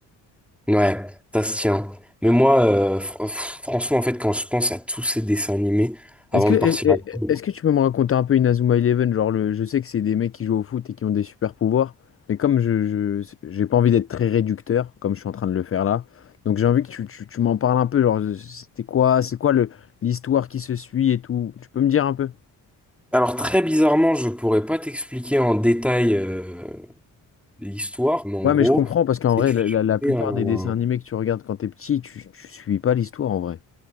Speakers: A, in the centre; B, on the left.
A: Ouais, ça se tient. Mais moi, euh, fr- fr- franchement, en fait, quand je pense à tous ces dessins animés avant
B: Est-ce que,
A: de
B: est-
A: partir à l'école,
B: ce que tu peux me raconter un peu Inazuma Eleven? Genre, le, je sais que c'est des mecs qui jouent au foot et qui ont des super pouvoirs, mais comme je, je, j'ai pas envie d'être très réducteur, comme je suis en train de le faire là, donc j'ai envie que tu, tu, tu m'en parles un peu. Genre, c'était quoi, c'est quoi le, l'histoire qui se suit et tout? Tu peux me dire un peu?
A: alors très bizarrement, je pourrais pas t'expliquer en détail. euh, l'histoire, mais en
B: Ouais,
A: gros,
B: mais je comprends parce qu'en
A: c'est
B: vrai,
A: tu
B: la,
A: suivais
B: la- la plupart
A: un...
B: des dessins animés que tu regardes quand t'es petit, tu, tu suis pas l'histoire en vrai.